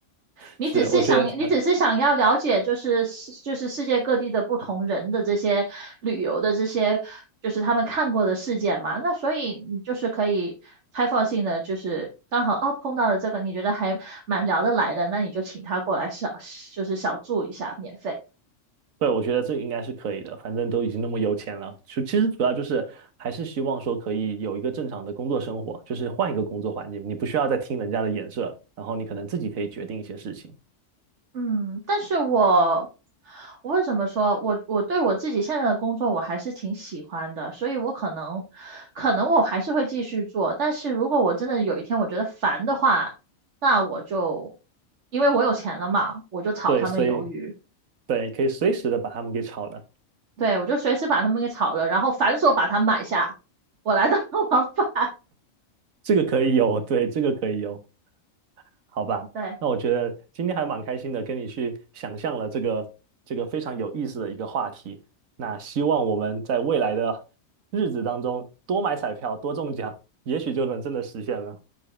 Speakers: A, on the right; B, on the right.
A: 你只是想，
B: 是，我觉得。
A: 你只是想要了解，就是世就是世界各地的不同人的这些旅游的这些，就是他们看过的事件嘛。那所以你就是可以开放性的，就是刚好哦碰到了这个，你觉得还蛮聊得来的，那你就请他过来小，就是小住一下，免费。
B: 对，我觉得这应该是可以的，反正都已经那么有钱了，就其实主要就是还是希望说可以有一个正常的工作生活，就是换一个工作环境，你不需要再听人家的眼射了，然后你可能自己可以决定一些事情。
A: 嗯，但是我我为什么说我我对我自己现在的工作我还是挺喜欢的，所以我可能可能我还是会继续做，但是如果我真的有一天我觉得烦的话，那我就因为我有钱了嘛，我就炒他们鱿鱼，
B: 对，所以对，可以随时的把他们给炒了。
A: 对，我就随时把他们给炒了，然后反手把它买下，我来当 <laughs> 老板。
B: 这个可以有，对，这个可以有。好吧，
A: 对，
B: 那我觉得今天还蛮开心的，跟你去想象了这个这个非常有意思的一个话题。那希望我们在未来的日子当中多买彩票，多中奖，也许就能真的实现了。